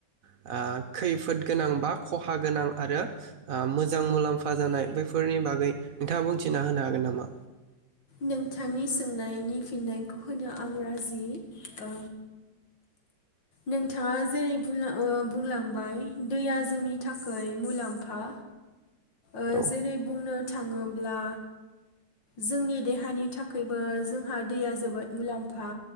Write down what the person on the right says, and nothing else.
ओ खैफोद गोनां बा खहा गोनां आरो ओ मोजां मुलाम्फा जानाय बैफोरनि बागै नोंथाङा बुंथिना होनो हागोन नामा?
औ